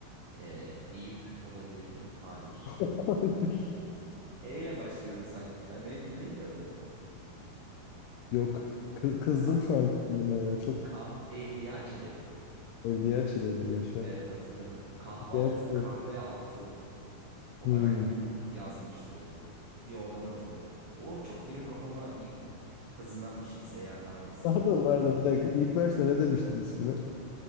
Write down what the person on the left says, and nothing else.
<laughs> Hayır.
Yok. Kı- Kızdım
şu an kendime ya. Çok
Evliya Çelebi yaşa.
Evliya Çelebi.
Hmm.
Pardon pardon bir dakika. İlk başta ne demiştin ismini?